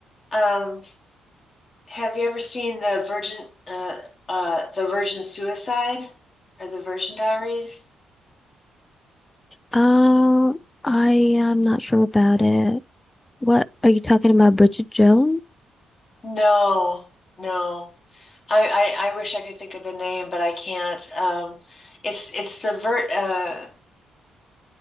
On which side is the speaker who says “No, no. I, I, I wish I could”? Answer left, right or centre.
Left